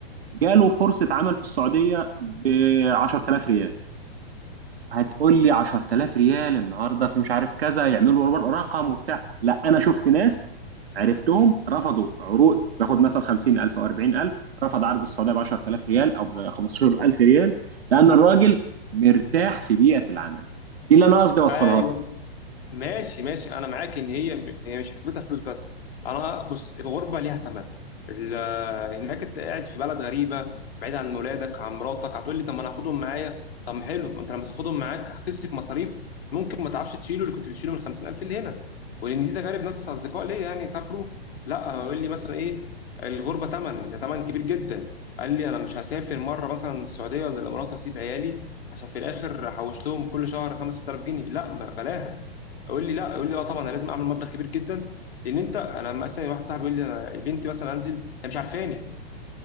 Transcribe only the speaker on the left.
أيوه.
ماشي ماشي انا معاك ان هي هي مش حسبتها فلوس بس انا بص الغربه ليها ثمن ال- هناك انت قاعد في بلد غريبه بعيد عن ولادك عن مراتك هتقول لي طب ما انا هاخدهم معايا طب ما حلو ما انت لما تاخدهم معاك هتصرف مصاريف ممكن ما تعرفش تشيله اللي كنت بتشيله من 50000 اللي هنا ولان دي تجارب ناس اصدقاء ليا يعني سافروا لا يقول لي مثلا ايه الغربه ثمن ده ثمن كبير جدا قال لي انا مش هسافر مره مثلا السعوديه ولا الامارات اسيب عيالي عشان في الاخر حوشتهم كل شهر 5000 جنيه لا ما بلاها يقول لي لا يقول لي اه طبعا انا لازم اعمل مبلغ كبير جدا لان انت انا لما مثلا واحد صاحبي يقول لي انا بنتي مثلا انزل هي مش عارفاني